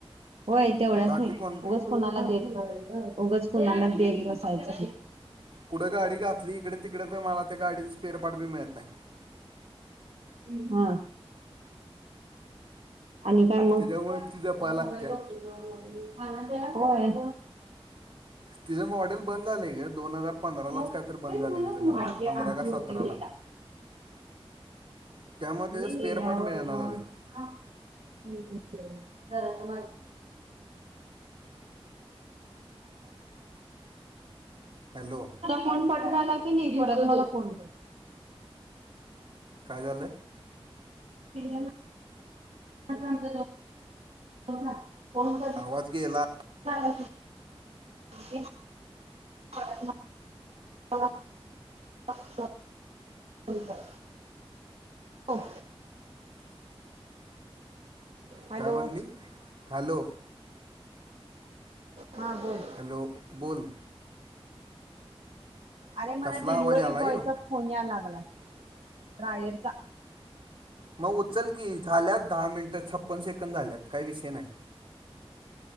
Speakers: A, on the right; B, on the right.
A: होय तेवढ्यास
B: बाकी
A: निच
B: कोण
A: उगच उगच कुणाला नव्हे, कुणाला उगच कुणाला देत बसायचं.
B: कुठं गाडी घातली इकडे तिकडे तर मला त्या गाडीचं स्पेअर पार्ट बी मिळत नाही
A: <inaudible> हा, आणि काय मग
B: तिच्यामुळे
A: <unintelligible>
B: ती जपायला
A: ते
B: लागत्या
A: म्हण,
B: तिचं मॉडेल बंद झालं आहे ग दोन हजार पंधरालाच
A: मग
B: काय तर
A: तेच
B: बंद झालं
A: बोलंल
B: आहे
A: ना
B: तिचं
A: तुम्हाला.
B: मॉडेल पंधरा का सतराला त्यामुळे त्याचं
A: <unintelligible>
B: स्पेअर पार्ट मिळणार झालं
A: <unintelligible> <inaudible> <inaudible> तेजा
B: हॅलो
A: फोन कट झाला की <unintelligible> नी मला फोन कर.
B: काय झाल.
A: <unintelligible> <inaudible> हो का फोन
B: आवाज गेला.
A: <inaudible> ओके. ह हो. अच्छा. हो का हो. हॅलो
B: काय म्हणली हॅलो
A: हां बोल.
B: हॅलो बोल.
A: अरे मला
B: कसला
A: डिलिव्हरी
B: आवाज आलाय
A: बॉयचा
B: ह्यो
A: फोन याय लागलाय ड्रायरचा.
B: म उचल की झाल्यात दहा मिनिटात छप्पन सेकंद झाल्यात काय विषय नाही.